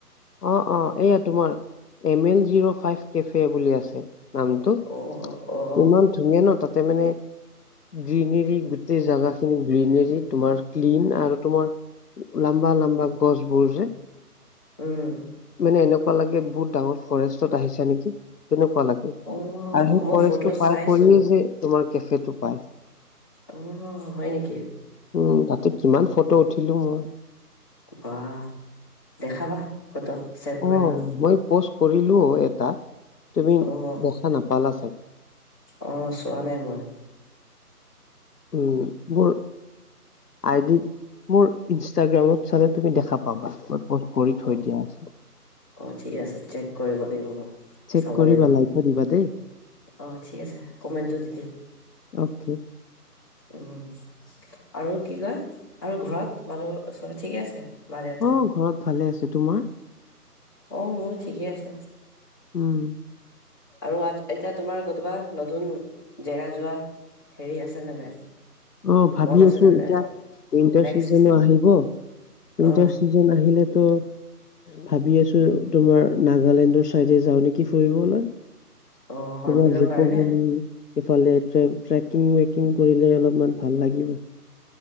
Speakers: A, on the left; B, on the left.
A: অ' অ', এইয়া তোমাৰ, M L zero five cafe বুলি আছে নামটো।
B: অ' অ'।
A: ইমান ধুনীয়া ন' তাতে মানে গ্ৰীনেৰী গোটেই জেগা খিনি গ্ৰীনেৰি তোমাৰ ক্লিন আৰু তোমাৰ লম্বা, লম্বা গছবোৰ যে।
B: উম,
A: মানে এনেকুৱা লাগে বহুত ডাঙৰ ফৰেষ্টত আহিছা নেকি, তেনেকুৱা লাগে।
B: অ',
A: আৰু সেই
B: মই
A: ফৰেষ্টটো
B: ফটো
A: পাৰ
B: চাইছো
A: কৰিয়ে যে তোমাৰ কেফেটো পায়।
B: অ', হয় নেকি?
A: উম, তাতে কিমান ফটো উঠিলো মই।
B: বা দেখাবা ফটো। চেণ্ড কৰিবা
A: অ', মই পোষ্ট কৰিলো এটা, তুমি
B: অ',
A: দেখা নাপালা চাগে।
B: অ', চোৱা নাই মই।
A: উম, মোৰ আইডিত, মোৰ ইনষ্টাগ্ৰামত চালে তুমি দেখা পাবা। মই পষ্ট কৰি থৈ
B: অ',
A: দিয়া আছে।
B: অ', ঠিক আছে, চেক কৰিব লাগিব, মই
A: চেক
B: চাব
A: কৰিবা
B: লাগিব।
A: লাইকো দিবা দেই।
B: অ' ঠিক আছে, কমেণ্টটো দি দিম।
A: অকেই।
B: উম, আৰু কি কয়, আৰু ঘৰত মানুহ চ'বে ঠিকে আছে? মা দেউতা
A: অ', ঘৰত ভালে আছে, তোমাৰ?
B: অ', মোৰো ঠিকেই আছে।
A: উম।
B: আৰু আ, এতিয়া তোমাৰ কতবা নতুন জেগা যোৱা। হেৰি আছেনে নাই?
A: অ', ভাবি
B: মন আছে
A: আছো
B: নে
A: এতিয়া,
B: নাই
A: উইন্টাৰ
B: নেক্সট
A: চিজনো আহিব, উইন্টাৰ
B: অ
A: চিজন চিজন আহিলেটো। ভাবি আছো তোমাৰ, নাগালেণ্ডৰ চাইডে যাওঁ নেকি ফুৰিবলৈ।
B: অ হৰ্ণবিলৰ
A: তোমাৰ জু'ক
B: কাৰণে
A: ভেলি। ইফালে ট্ৰে, ট্ৰেকিং ৱেকিং কৰিলে অলপমান ভাল লাগিব।